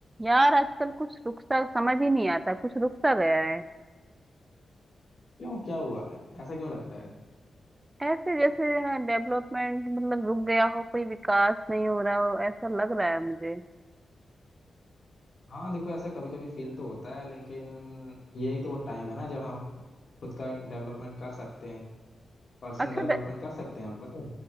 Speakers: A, on the right; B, on the left.
A: यार आजकल कुछ रुक सा समझ ही नहीं आता कुछ रुक सा गया है
B: क्यों क्या हुआ है ऐसा क्यों लगता है
A: ऐसे जैसे डेवलपमेंट मतलब रुक गया हो कोई विकास नहीं हो रहा हो ऐसा लग रहा है मुझे
B: हाँ देखो ऐसा कभी कभी फील तो होता है लेकिन यही तो वो टाइम है ना जब हम खुद का डेवलपमेंट कर सकते हैं पर्सनल
A: अच्छा
B: डेवलपमेंट
A: ब-
B: कर सकते हैं हम बताओ